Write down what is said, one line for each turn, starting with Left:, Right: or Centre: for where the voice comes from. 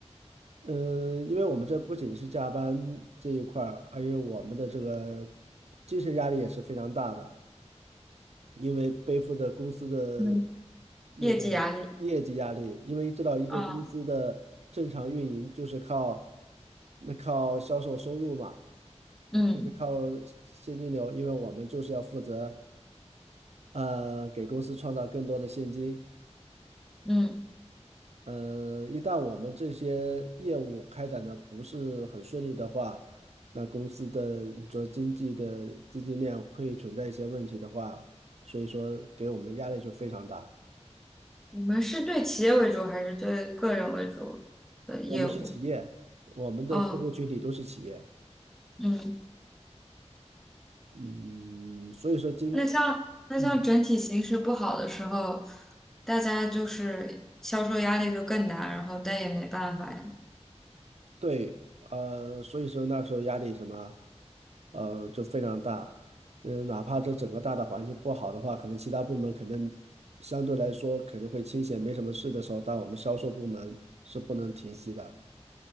Right: 嗯、因为我们这不仅是加班这一块儿，还有我们的这个精神压力也是非常大的。因为背负着公司的
Centre: 嗯，
Right: 那个
Centre: 业绩压力。
Right: 业绩压力，因为知道一个公司的正常运营就是靠
Centre: 啊，
Right: 那靠销售收入嘛，
Centre: 嗯
Right: 就是靠现金流，因为我们就是要负责呃给公司创造更多的现金。
Centre: 嗯，
Right: 呃，一旦我们这些业务开展的不是很顺利的话，那公司的你说经济的资金链会存在一些问题的话，所以说给我们的压力就非常大。
Centre: 你们是对企业为主还是对个人为主的业务？
Right: 我们是企业，我们的客户群体都是企业，
Centre: 哦，嗯，
Right: 嗯，所以说今，
Centre: 那像那像整体形势不好的时候，
Right: 嗯，
Centre: 大家就是销售压力就更大，然后但也没办法呀。
Right: 对，呃，所以说那时候压力什么，呃，就非常大，嗯，哪怕这整个大的环境不好的话，可能其他部门可能相对来说可能会清闲，没什么事的时候，但我们销售部门是不能停息的。